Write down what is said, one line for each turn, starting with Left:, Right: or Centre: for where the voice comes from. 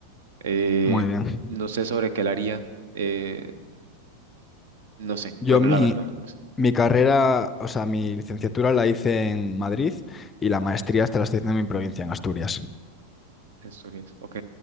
Right: Eh,
Left: Muy bien.
Right: no sé sobre qué la haría. eh, No sé,
Left: Yo
Right: bueno,
Left: mi,
Right: la verdad, no sé.
Left: mi carrera, o sea, mi licenciatura la hice en Madrid y la maestría hasta la estoy haciendo en mi provincia, en Asturias.
Right: Asturias, ok,